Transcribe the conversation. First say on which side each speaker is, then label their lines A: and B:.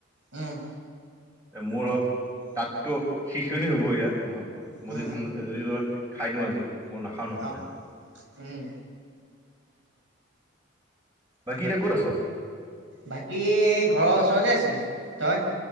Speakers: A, on the right (about 70°); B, on the right (about 15°).
A: উম।
B: এ মোৰ অপ দাঁতটো সিচনি হ'ব এতিয়া। ম-মই
A: উম,
B: যদি ঠাণ্ডা <unintelligible> খাই দিওঁ আজি। মই নাখাওঁ ন সদায়।
A: অ', উম,
B: বাকী এতিয়া ক'ত আছ?
A: বাকী ঘৰৰ ওচৰতে আছিলো। তই?